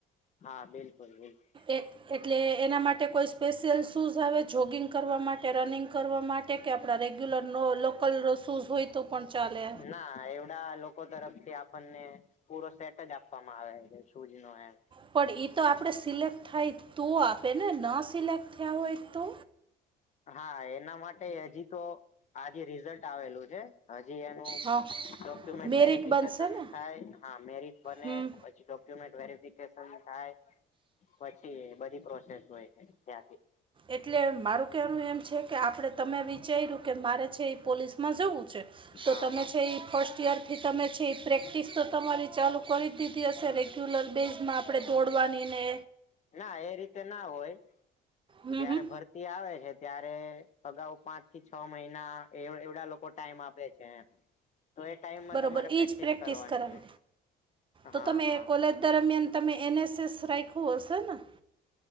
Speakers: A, on the left; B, on the right.
A: હા બિલકુલ બિલકુલ.
B: એ એટલે એના માટે કોઈ સ્પેશિયલ શૂઝ આવે જોગિંગ કરવા માટે રનિંગ કરવા માટે કે આપણા રેગ્યુલરનો લોકલ શૂઝ હોય તો પણ ચાલે
A: ના એવુ ના એ લોકો તરફથી આપણને પૂરો સેટ જ આપવામાં આવે છે. શૂઝ નો એમ
B: પણ ઈ તો આપણેે સિલેક્ટ થાય તો આપે ને, ન સિલેક્ટ થયા હોય તો?
A: હા એના માટે હજી તો આજે રિઝલ્ટ આવેલું છે. હજી એનું
B: હા
A: ડોક્યુમેન્ટ
B: મેરિટ
A: વેરફિકેશન
B: બનશે ને
A: થાય હા મેરિટ બને
B: હમ
A: પછી ડો ક્યુમેન્ટ વેરિફિકેશન થાય પછી બધી પ્રોસેસ હોય છે ત્યાંથી
B: એટલે મારું કહેવાનું એમ છે કે આપડે તમે વિચાયરુ કે મારે છે એ પોલીસમાં જવું છે તો
A: હા
B: તમે
A: હા
B: છે એ ફર્સ્ટ યર થી તમે છે પ્રેક્ટિસ તો તમારી ચાલુ કરી જ દીધી હશે રેગ્યુલર બેઝમાં આપડે દોડવાનીને
A: ના એ રીતે ના હોય
B: હમ
A: જયારે
B: હમ
A: ભરતી આવે છે, ત્યારે અગાઉ પાંચ થી છ મહિના <unintelligible> એ લોકો ટાઈમ આપે છે તો એ ટાઈમમાં
B: બરાોબર
A: તમારે
B: ઈ જ પ્રેક્ટિસ
A: કરવાની
B: કરાવે
A: હોય. હા
B: તો તમે
A: હા
B: કોલેજ દરમિયાન તમે એન એસ એસ રાયખુ હશે ન